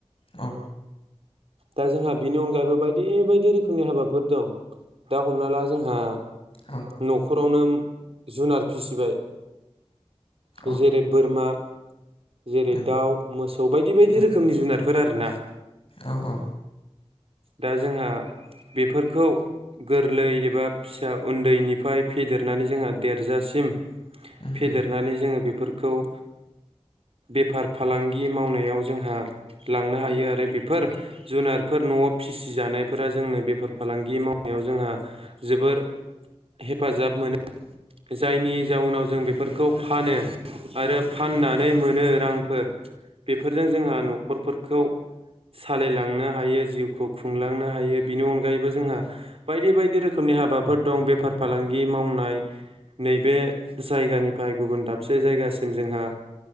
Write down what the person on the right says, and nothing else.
दा जोंहा बिनि अनगायैबो बायदि बायदि रोखोमनि हाबाफोर दं दा हमना ला जोंहा
न'ख' रावनो जुनार फिसिबाय
जेरै बोरमा जेरै
दाउ मोसौ बायदि बायदि
रोखोमनि जुनार फोर आरोना
दा जोंहा बेफोरखौ गोरलै एबा फिसा उन्दैनिफाय फेदेरनानै जोंहा देरजासिम
फेदेरनानै
जोङो बे फोरखौ बेफार फालांगि मावनायाव जोंहा लांनो हायो आरो बेफोर जुनारफोर न'आव फिसिजानायफोरा जोंनो बेफार फालांगि मावनायाव जोंहा जोबोर हेफाजाब मोनो जायनि जाउनाव जों बेफोरखौ फानो आरो फाननानै मोनो रांफोर बेफोरजों जोंहा न'खरफोरखौ सालायलांनो हायो जिउखौ खुंलांनो हायो बिनि अनगायैबो जोंहा बायदि बायदि रोखोमनि हाबाफोर दं बेफार फालांगि मावनाय नैबे जायगानि फाय गुबुन दाबसे जायगासिम जोंहा